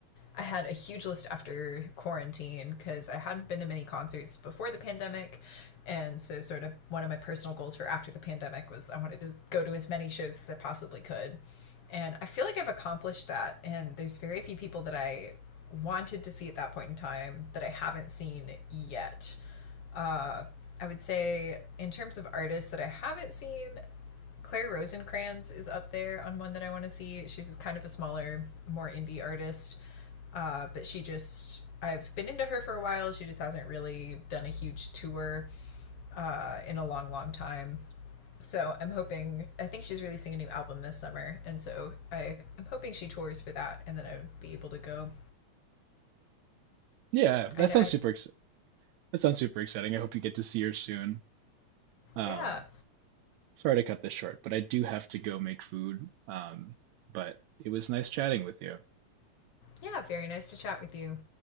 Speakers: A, on the left (about 60°); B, on the right (about 75°).
A: I had a huge list after quarantine because I hadn't been to many concerts before the pandemic. And so, sort of, one of my personal goals for after the pandemic was I wanted to go to as many shows as I possibly could. And I feel like I've accomplished that. And there's very few people that I wanted to see at that point in time that I haven't seen yet. Uh, I would say, in terms of artists that I haven't seen, Claire Rosencrantz is up there on one that I want to see. She's kind of a smaller, more indie artist, uh, but she just I've been into her for a while. She just hasn't really done a huge tour uh, in a long, long time. So I'm hoping. I think she's releasing a new album this summer, and so I am hoping she tours for that, and then I would be able to go.
B: Yeah, that
A: I know.
B: sounds
A: I
B: super ex that sounds super exciting. I hope you get to see her soon. Um,
A: yeah,
B: sorry to cut this short, but I do have to go make food. Um, but it was nice chatting with you.
A: yeah. Very nice to chat with you.